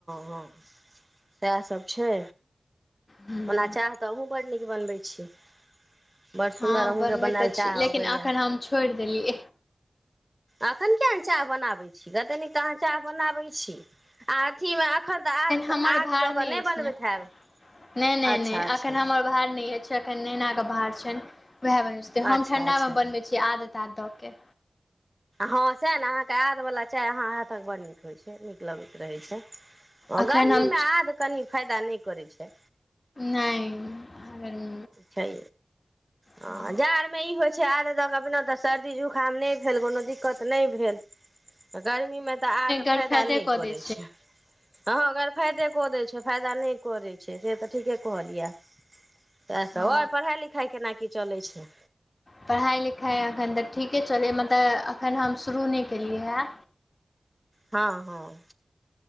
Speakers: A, on the right; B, on the left.
A: हँ इएहसभ छै
B: हूँ
A: ओना चाह तऽ अहुं बड्ड नीक बनबै छियै बड़ सुन्दर
B: हँ
A: अहूँके
B: बनबैत
A: बनाय
B: तऽ
A: लए
B: छी
A: चाह
B: लेकिन
A: अबैए
B: एखन हम छोड़ि देलियै
A: एखन किएक नहि चाह बनाबैत छी कतन कह अहाँ चाह बनाबै छी आ अथीमे एखन तऽ आ
B: हमर
A: आद
B: भार
A: दऽ कऽ नहि
B: अछि
A: बनबैत
B: ने
A: हैब
B: नहि नहि
A: अच्छा
B: नहि
A: अच्छा
B: अखन हमर भार नहि अछि एखन नैना के भार छनि वएह बनै छैै हम
A: अच्छा
B: ठण्डामे
A: अच्छा
B: बनबै छी आद ताध दऽ के
A: हँ सएह ने अहाँके आदवला चाय अहाँ हाथक बड नीक लगैत रहैत छै आ
B: एखन
A: गर्मीमे
B: हम
A: आद कनि फायदा नहि करै छै
B: नहि गर्मीमे
A: छै ह
B: हँ
A: जाड़ मे ई होइ छै आद तक अपने तऽ सर्दी जुकाम नहि भेल कोनो दिक्कत नहि भेल गर्मीमे तऽ आद
B: गरफायदे
A: फायदा नहि
B: कऽ
A: करैत
B: दै
A: छै हँ गरमी फायदे कऽ दैत छै फायदा नहि कऽ दैत छै से तऽ ठीके कहल यै अहाँ तएहसभ
B: हँ
A: आओर पढ़ाइ लिखाइ केना की चलै छै
B: पढ़ाइ लिखाइ एखन तऽ ठीके चलै मतलब एखन हम शुरू नहि केलियै हए
A: हँ हँ